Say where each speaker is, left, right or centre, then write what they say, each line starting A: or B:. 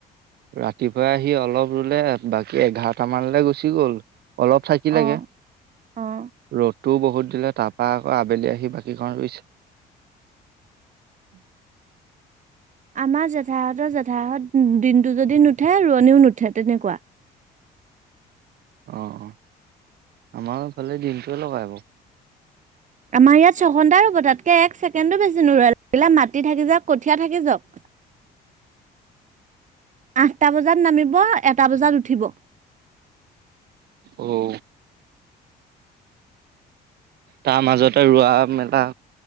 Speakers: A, on the right (about 70°); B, on the right (about 45°).
A: ৰাতিপুৱা আহি অলপ ৰুলে, বাকী এঘাৰটা মানলৈ গুচি গ'ল। অলপ থাকি লাগে,
B: অ অ
A: ৰ'দ টোও বহুত দিলে, তাৰপৰা আকৌ আবেলি আহি বাকীখন ৰুইছে। <unintelligible>
B: আমাৰ জেঠাহঁতৰ জেঠাই দিনটো যদি নুঠে ৰোৱনিও নুঠে তেনেকুৱা
A: অ, অ, আমাৰোফালে দিনটোৱে লগাই বাৰু।
B: আমাৰ ইয়াত ছঘণ্টাই ৰুব তাতকে এক ছেকেণ্ডো বেছি নুৰুৱে লাগিলে মাটি থাকি যাওক কঠীয়া থাকি যাওক। আঠটা বজাত নামিব এটা বজাত উঠিব।
A: ঔ। তাৰ মাজতে ৰোৱা, মেলা